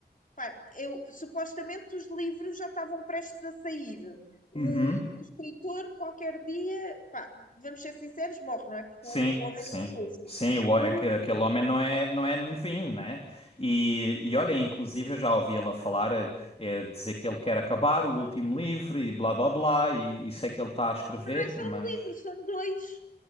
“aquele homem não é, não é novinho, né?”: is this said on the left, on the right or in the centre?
Left